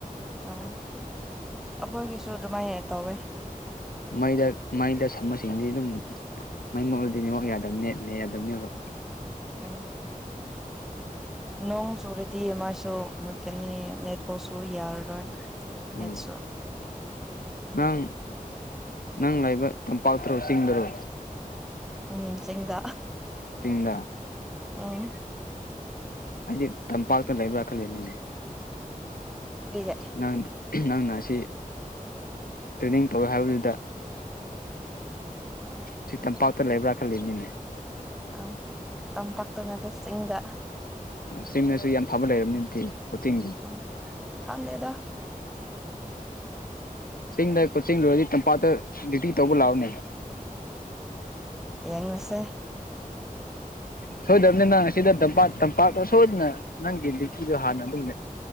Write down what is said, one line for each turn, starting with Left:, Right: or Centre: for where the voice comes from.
Centre: ꯎꯥ ꯑꯩꯈꯣꯏꯒꯤꯁꯨ ꯑꯗꯨꯃꯥꯏꯅ ꯇꯧꯋꯦ
Left: ꯃꯩꯗ ꯃꯩꯗ ꯁꯝꯕꯁꯤꯡꯗꯤ ꯑꯗꯨꯝ ꯃꯩ ꯃꯛꯂꯨꯗꯤꯅꯦꯉ ꯌꯥꯗꯕꯅꯦꯅꯦ ꯌꯥꯗꯕꯅꯦꯕ
Centre: ꯎꯝ ꯅꯣꯡ ꯆꯨꯨꯔꯗꯤ ꯃꯥꯏꯁꯨ ꯃꯨꯠꯀꯅꯤ ꯅꯦꯠꯐꯥꯎꯁꯨ ꯌꯥꯔꯔꯣꯏ
Left: ꯎꯝ
Centre: ꯅꯦꯠꯁꯨ
Left: ꯅꯪ ꯅꯪ ꯂꯥꯏꯕ ꯇꯝꯄꯥꯛꯇꯔꯣ ꯆꯤꯡꯗꯔꯣ
Centre: ꯎꯝ ꯆꯗ
Left: ꯇꯗ
Centre: ꯑꯥ
Left: ꯍꯥꯏꯗꯤ ꯇꯝꯄꯥꯛꯇ ꯂꯩꯕ꯭ꯔꯥ ꯈꯜꯂꯤꯦꯅꯤꯅꯦ
Centre: ꯑꯩꯒꯦ
Left: ꯅꯪ ꯅꯪꯅ ꯑꯁꯤ ꯇ꯭ꯔꯦꯅꯤꯡ ꯇꯧꯋꯦ ꯍꯥꯏꯕꯗꯨꯗ
Centre: ꯑꯣ
Left: ꯁꯤ ꯇꯝꯄꯥꯛꯇ ꯂꯩꯕ꯭ꯔꯥ ꯈꯜꯂꯤ ꯃꯤꯅꯦ
Centre: ꯑ ꯇꯝꯄꯥꯛꯇ ꯅꯠꯇ ꯆꯤꯡꯗ
Left: ꯁꯤꯝꯅꯁꯨ ꯌꯥꯝ ꯐꯕ ꯂꯩꯔꯕꯅꯤꯗꯤ ꯀꯣꯆꯤꯡꯒꯤ
Centre: ꯎꯝ ꯈꯪꯗꯦꯗ
Left: ꯆꯤꯡꯗ ꯀꯣꯆꯤꯡ ꯂꯣꯏꯔꯗꯤ ꯇꯝꯄꯥꯛꯇ ꯗꯤꯇꯤ ꯇꯧꯕ ꯂꯥꯛꯑꯣꯅꯦ
Centre: ꯌꯦꯡꯉꯣꯁꯦ
Left: ꯎ ꯁꯣꯏꯗꯕꯅꯤꯅ ꯅꯪ ꯑꯁꯤꯗ ꯇꯝꯄꯥꯛ ꯇꯝꯄꯥꯛꯇ ꯁꯣꯏꯗꯅ ꯅꯪꯒꯤ ꯗ꯭ꯌꯨꯇꯤꯁꯨ ꯍꯥꯟꯅ ꯑꯗꯨꯝ ꯂꯩ